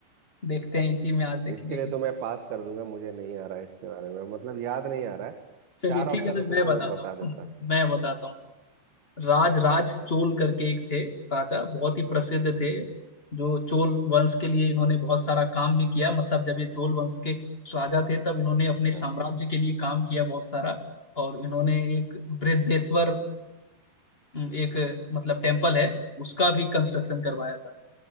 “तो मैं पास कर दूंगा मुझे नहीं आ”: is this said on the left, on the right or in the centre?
Right